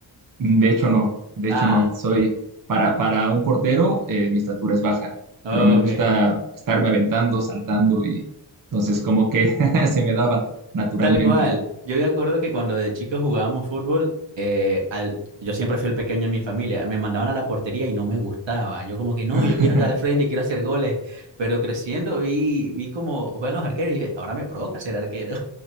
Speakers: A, on the right; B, on the right.
A: De hecho, no, de
B: Ah,
A: hecho, no. Soy, para, para un portero, eh, mi estatura es baja,
B: ok.
A: pero me gusta estarme aventando, saltando y entonces como que <laughs> se me daba naturalmente.
B: Tal cual. Yo me acuerdo que cuando de chicos jugábamos fútbol, eh, al... yo siempre fui el pequeño en mi familia. Me mandaban a la portería y no me gustaba. Yo como que no,
A: <laughs>
B: yo quiero estar al frente, quiero hacer goles. Pero creciendo vi, vi cómo juegan los arqueros y dije, ahora me provoca ser arquero.